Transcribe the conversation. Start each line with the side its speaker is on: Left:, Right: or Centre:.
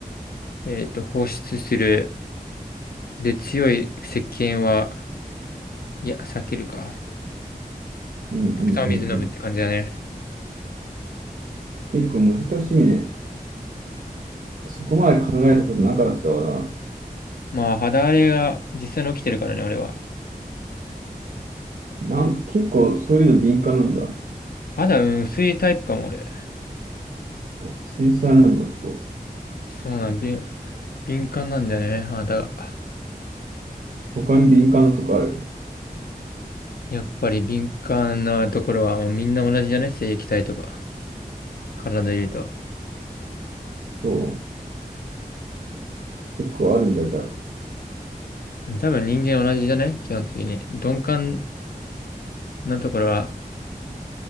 Left: えっと、放出する。で、強い石鹸は、いや、避けるか。
Right: うん、うん、うん。うん
Left: たくさんお水飲むって感じだね。
Right: 結構難しいね。そこまで考えたことなかったわ
Left: まあ、肌荒れが実際に起きてるからね、俺は。
Right: な。なん、結構そういうの敏感なんだ。
Left: 肌、うん、薄いタイプかも、俺。
Right: 繊細なんだ、そこ。
Left: そうなん、敏敏感なんだよね、肌が。
Right: 他に敏感なとこある。
Left: やっぱり敏感なところは、もうみんな同じじゃね正液体とか、体で言うと。
Right: そう。結構あるんだ、じゃあ。
Left: 多分人間同じじゃね基本的に。鈍感なところは、